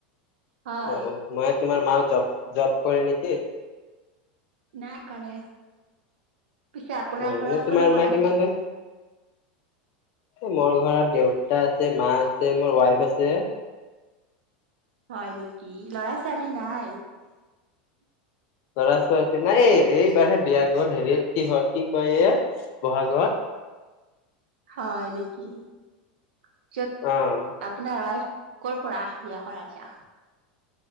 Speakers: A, on the right; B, on the left.
A: হয়,
B: অ' মই তোমাৰ মা জব, জব কৰে নেকি?
A: <unintelligible> কৰে পিছে আপোনাৰ
B: অ'
A: ঘৰত
B: এনে তোমাৰ
A: কোন - কোন
B: মা
A: আছে?
B: কিমান দূৰ মোৰ ঘৰত দেউতা আছে, মা আছে, মোৰ ৱাইফ আছে।
A: হয় নেকি ল'ৰা ছোৱালী নাই?
B: ল'ৰা ছোৱালী নাই, এইবাৰহে বিয়া গল হেৰিয়ত কিহত কি কয় এয়া বহাগত।
A: হয় নেকি? পিছত
B: অ'
A: আপোনাৰ ৱাইফ কৰ পৰা বিয়া কৰাইছা?